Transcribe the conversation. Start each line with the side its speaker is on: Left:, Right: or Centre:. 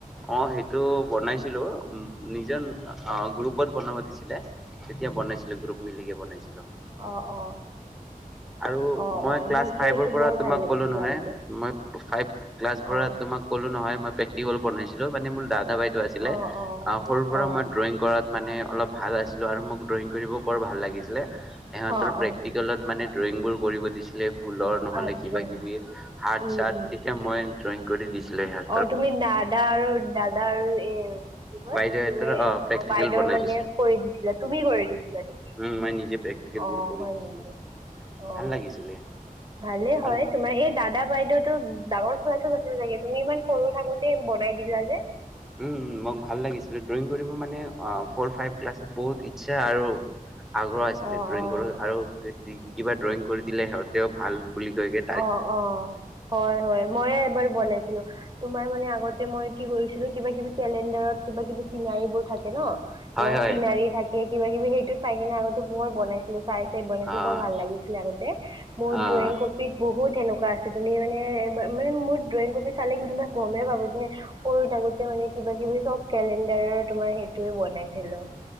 Centre: অঁ সেইটো বনাইছিলো, উম নিজম অঁ গ্ৰুপত বনাব দিছিলে তেতিয়া বনাইছিলো গ্ৰুপ মিলিকে বনাইছিলো।
Right: অ' অ'
Centre: আৰু
Right: অ
Centre: মই
Right: অ
Centre: ক্লাছ
Right: মোকতো
Centre: ফাইভৰ
Right: এইটো
Centre: পৰা
Right: বৰ
Centre: তোমাক
Right: ভাল লাগিছিলে
Centre: ক'লো নহয়,
Right: আগতে
Centre: মই ফাইভ ক্লাছৰ পৰা
Right: অ
Centre: তোমাক ক'লো নহয় মই প্ৰেক্টিকেল বনাইছিলো মানে মোৰ দাদা বাইদেউ আছিলে
Right: অ', অ',
Centre: সৰুৰ
Right: অ',
Centre: পৰা মই ড্ৰয়িং কৰাত মানে অলপ ভাল আছিলো আৰু মোক ড্ৰয়িং কৰিব বৰ ভাল লাগিছিলে সিহঁতৰ
Right: অ',
Centre: প্ৰেক্টিকেলত
Right: অ',
Centre: মানে ড্ৰয়িং বোৰ কৰিব দিছিলে ফুলৰ নহ'লে
Right: আচ্ছা
Centre: কিবা কিবি হাত
Right: উম,
Centre: চাত
Right: উম।
Centre: তেতিয়া মই ড্ৰয়িং কৰি দিছিলো সে
Right: অ তুমি দাদা আৰু দাদা আৰু এ কয়
Centre: বাইদেউহঁতৰ
Right: তুমি
Centre: অ
Right: এ
Centre: প্ৰেকটিকেল
Right: বাইদেউৰ
Centre: বনাই
Right: মানে
Centre: দিছিল
Right: কৰি দিছিলা তুমি কৰি দিছিলা নেকি?
Centre: উম মই নিজে প্ৰেকক্টিকেল
Right: অ',
Centre: বোৰ কৰি
Right: হয়
Centre: দিছিলো।
Right: নেকি অ
Centre: ভাল লাগিছিলে
Right: ভালে হয়
Centre: আৰু
Right: তোমাৰ এই দা দা বাইদেউটো ডাঙৰ ক্লাছত আছিলে চাগে, তুমি ইমান সৰু থাকোতে বনাই দিলা যে?
Centre: উম মোক ভাল লাগিছিলে ড্ৰয়িং কৰিব মানে অ ফৌৰ ফাইভ ক্লাছত বহুত ইচ্ছা আৰু আগ্ৰহ আছিলে
Right: অ',
Centre: ড্ৰয়িং
Right: অ',
Centre: কৰাৰ আৰু কিবা ড্ৰয়িং কৰি দিলে সিহঁতেও ভাল বুলি কয় যে।
Right: অ অ হয় হয়, মইয়ে এবাৰ বনাইছিলো। তোমাৰ মানে আগতে মই কি কৰিছিলো কিবা কিবি কেলেণ্ডাৰত কিবা কিবি চিনাৰিবোৰ থাকে ন।
Centre: হয়
Right: তোমাৰ
Centre: হয়
Right: চিনাৰী থাকে কিবা কিবি সেইটো চাই কিনে আগতে বৰ বনাইছিলো। চাই চাই বনাইছিলো
Centre: অ'
Right: বৰ ভাল লাগিছিলে আগতে মোৰ
Centre: অ'
Right: ড্ৰয়িং ক পিত বহুত সেনেকুৱা আছে তুমি মানে মোৰ ড্ৰয়িং কপি চালে কোনোবাই গমেই পাবা যে সৰু থাকোতে মানে কিবা কিবি চব কেলেণ্ডাৰৰ তোমাৰ সেইটোয়ে বনাইছিলো।